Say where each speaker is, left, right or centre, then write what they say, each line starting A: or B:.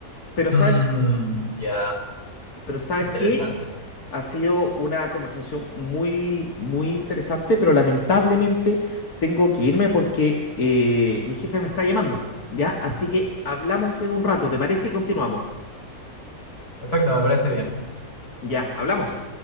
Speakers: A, on the left; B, on the left.
A: Pero
B: mm,
A: ¿sabes
B: ya,
A: pero ¿sabes
B: interesante.
A: qué? Ha sido una conversación muy, muy interesante, pero lamentablemente tengo que irme porque eh, mi jefe me está llamando, ¿ya? Así que hablamos en un rato, ¿te parece? Y continuamos.
B: Perfecto, me parece bien.
A: Ya, hablamos.